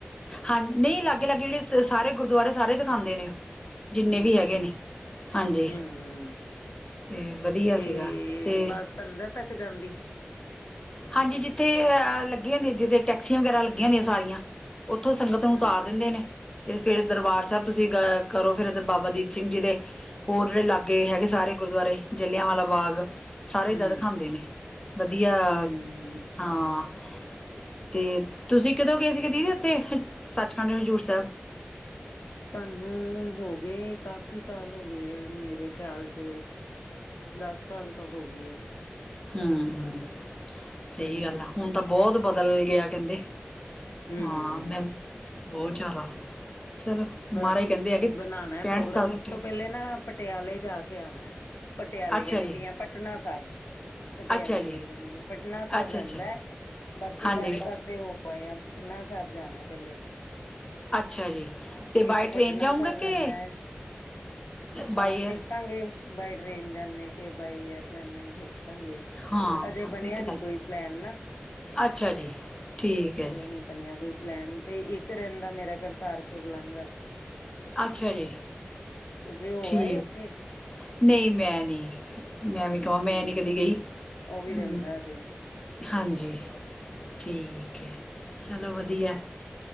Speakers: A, on the left (about 20°); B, on the left (about 80°).
A: ਹਾਂ ਨਹੀ ਲਾਗੇ-ਲਾਗੇ ਜਿਹੜੇ ਸਾਰੇ ਗੁਰੂਦੁਆਰੇ ਸਾਰੇ ਦਿਖਾਉਦੇ ਨੇ ਜਿੰਨੇ
B: ਹੂੰ,
A: ਵੀ ਹੈਗੇ ਨੇ ਹਾਂਜੀ
B: ਹੂੰ
A: ਤੇ ਵਧੀਆ
B: ਤੇ
A: ਸੀਗਾ, ਤੇ
B: ਬੱਸ ਅੰਦਰ ਤੱਕ ਜਾਂਦੀ
A: ਹਾਂਜੀ ਜਿੱਥੇ ਅਹ ਲੱਗੀਆਂ ਹੁੰਦੀਆਂ ਜਿੱਥੇ ਟੈਕਸੀਆ ਵਗੈਰਾ ਲੱਗੀਆ ਹੁੰਦੀਆ ਸਾਰੀਆ ਉਥੋਂ ਸੰਗਤ ਨੂੰ
B: ਹੂੰ,
A: ਉਤਾਰ ਦਿੰਦੇ ਨੇ ਫਿਰ ਦਰਬਾਰ ਸਾਹਿਬ ਤੁਸੀਂ ਕਰੋ ਫਿਰ ਇੱਧਰ ਬਾਬਾ ਦੀਪ ਸਿੰਘ ਜੀ ਦੇ ਹੋਰ ਜਿਹੜੇ ਲਾਗੇ ਹੈਗੇ ਸਾਰੇ ਗੁਰੂਦੁਆਰੇ ਜਲ੍ਹਿਆ ਵਾਲਾ ਬਾਗ ਸਾਰੇ
B: ਹੂੰ,
A: ਜਦੋਂ ਦਿਖਾਦੇ ਨੇ ਵਧੀਆ
B: ਹੂੰ
A: ਹਾਂ ਤੇ, ਤੁਸੀਂ ਕਦੋਂ ਗਏ ਸੀਗੇ ਦੀਦੀ ਉੱਥੇ ਸੱਚਖੰਡ, ਹਜ਼ੂਰ ਸਾਹਿਬ
B: ਸਾਨੂੰ ਹੋ ਗਏ ਕਾਫੀ ਸਾਲ ਹੋ ਗਏ ਮੇਰੇ ਖਿਆਲ ਚ ਦਸ ਸਾਲ ਤਾਂ ਹੋਗੇ ਐ
A: ਹੂੰ -ਹੂੰ, ਸਹੀ
B: ਹੂੰ,
A: ਗੱਲ ਆ, ਹੁਣ ਤਾਂ ਬਹੁਤ ਬਦਲ ਗਿਆ ਕਹਿੰਦੇ
B: ਹੂੰ
A: ਹਾਂ ਮੈਂ, ਬਹੁਤ ਜ਼ਿਆਦਾ ਚਲੋ
B: ਬਸ
A: ਮਹਾਰਾਜ ਕਹਿੰਦੇ ਆ ਕਿ
B: ਬਣਾਉਣਾ ਹੈ
A: ਪੈਂਹਠ
B: ਪ੍ਰੋਗਰਾਮ
A: ਸਾਲ
B: ਉਸ
A: ਤੱਕ
B: ਤੋਂ ਪਹਿਲੇ ਨਾ ਪਟਿਆਲੇ ਜਾ ਕੇ ਆਣਾ ਹੈ ਪਟਿਆਲੇ
A: ਅੱਛਾ
B: ਕਹਿੰਦੀ
A: ਜੀ
B: ਪਈ ਆਂ ਪਟਨਾ ਸਾਹਿਬ ਪਟਿਆਲੇ
A: ਅੱਛਾ ਜੀ,
B: ਕਈ ਜਾਂਦੀ ਆ ਪਟਨਾ ਸਾਹਿਬ
A: ਅੱਛਾ
B: ਰਹਿੰਦਾ
A: ਅੱਛਾ
B: ਬਾਕੀ
A: ਹਾਂਜੀ,
B: ਸਾਰੇ ਪਾਸੇ ਉਹ ਮੈ ਆਪ ਪਟਨਾ ਸਾਹਿਬ ਜਾਣਾ ਪਹਿਲੇ
A: ਅੱਛਾ ਜੀ ਤੇ
B: ਇਕ
A: ਬਾਏ
B: ਪਟਨਾ
A: ਟ੍ਰੇਨ ਜਾਊਂਗਾ
B: ਸਾਹਿਬ ਰਹਿੰਦਾ,
A: ਕਿ
B: ਅਹ
A: ਬਾਏ
B: ਦੇਖ
A: ਏਅਰ?
B: ਦੇਖਾਗੇ ਬਾਏ ਟ੍ਰੇਨ ਜਾਂਦੇ ਕਿ ਬਾਏ ਏਅਰ ਜਾਂਦੇ ਦੇਖਾਗੇ,
A: ਹਾਂ
B: ਹਜੇ ਬਣਿਆ
A: ਇਹ ਤਾਂ
B: ਨੀ
A: ਗੱਲ
B: ਕੋਈ ਪਲੈਨ ਨਾ
A: ਅੱਛਾ ਜੀ, ਠੀਕ ਏ
B: ਹਜੇ ਨਹੀਂ ਕੋਈ ਪਲੈਨ ਤੇ ਇੱਕ ਰਹਿੰਦਾ ਮੇਰਾ ਕਰਤਾਰਪੁਰ ਲਾਂਘਾ
A: ਅੱਛਾ ਜੀ
B: ਤੁਸੀਂ ਹੋ
A: ਠੀਕ।
B: ਆਏ ਉੱਥੇ
A: ਨਹੀਂ ਮੈਂ ਨੀ, ਮੈਂ ਏਵੀ ਕਵਾਂ
B: ਹੂੰ
A: ਮੈਂ ਨੀ ਕਦੀ ਗਈ,
B: ਉਹ ਵੀ ਰਹਿੰਦਾ
A: ਹੂੰ
B: ਹਜੇ
A: ਹਾਂਜੀ, ਠੀਕ ਹੈ, ਚਲੋ ਵਧੀਆ